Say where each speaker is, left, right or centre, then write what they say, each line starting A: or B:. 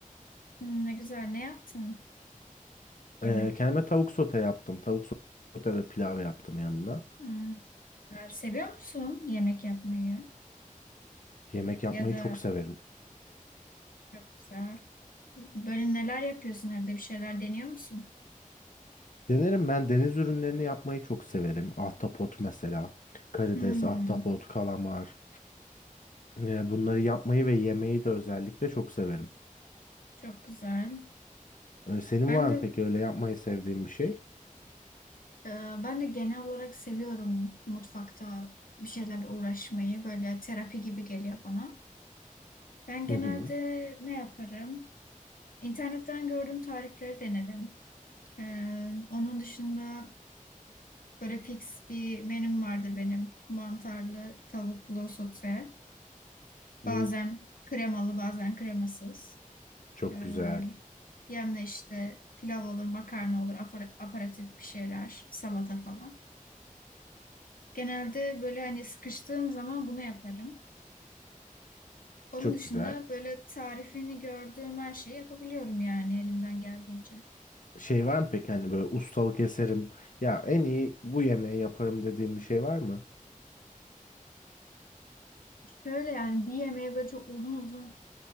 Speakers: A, on the left; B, on the left.
A: Hmm, ne güzel, ne yaptın? Yemek.
B: Ee, kendime tavuk sote yaptım. Tavuk sote ve pilav yaptım yanına.
A: Hmm, güzel. Seviyor musun yemek yapmayı?
B: Yemek yapmayı
A: Ya da
B: çok severim.
A: çok güzel. Böyle neler yapıyorsun evde, bir şeyler deniyor musun?
B: Denerim ben deniz ürünlerini yapmayı çok severim. Ahtapot mesela. Karides,
A: Hmm,
B: ahtapot, kalamar. Ee, bunları yapmayı ve yemeyi de özellikle çok severim.
A: çok güzel.
B: Ee, senin
A: Ben
B: var
A: de
B: mı peki öyle yapmayı sevdiğin bir şey?
A: e, ben de genel olarak seviyorum mutfakta bir şeylerle uğraşmayı. Böyle terapi gibi geliyor bana. Ben genelde
B: Hı hı.
A: ne yaparım? İnternetten gördüğüm tarifleri denerim. Ee, onun dışında böyle fix bir menüm vardır benim. Mantarlı, tavuklu sote.
B: Hı,
A: Bazen kremalı, bazen kremasız.
B: Çok
A: Ee,
B: güzel.
A: yanına işte pilav olur, makarna olur, apar- aparatif bir şeyler, salata falan. Genelde böyle hani sıkıştığım zaman bunu yaparım. Onun
B: Çok
A: dışında
B: güzel.
A: böyle tarifini gördüğüm her şeyi yapabiliyorum yani elimden geldiğince.
B: Şey var mı peki hani böyle ustalık eserim ya en iyi bu yemeği yaparım dediğim bir şey var mı?
A: Şöyle yani bir yemeği böyle çok uzun uzun